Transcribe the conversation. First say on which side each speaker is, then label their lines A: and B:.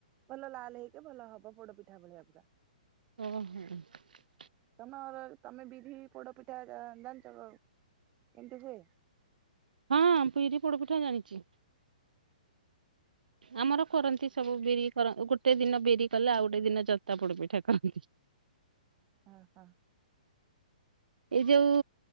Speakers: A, on the right (about 30°); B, on the right (about 85°).
A: ଭଲ ଲାଲ ହେଇକି ଭଲ ହବ ପୋଡ ପିଠା ଭଳିଆ ପୁରା।
B: ହୁଁ।
A: ତମର ତମେ ବିରି ପୋଡ ପିଠା ଜାଣିଛ କେମିତି ହୁଏ?
B: ହଁ ବିରି ପୋଡ ପିଠା ଜାଣିଚି। ଆମର କରନ୍ତି ସବୁ ବିରି କର ଗୋଟେ ଦିନ ବିରି କଲେ ଆଉ ଗୋଟେ ଦିନ ଜନ୍ତା ପୋଡ଼ ପିଠା କରନ୍ତି।
A: <unintelligible> ହଁ।
B: ଏଇ ଯୋଉ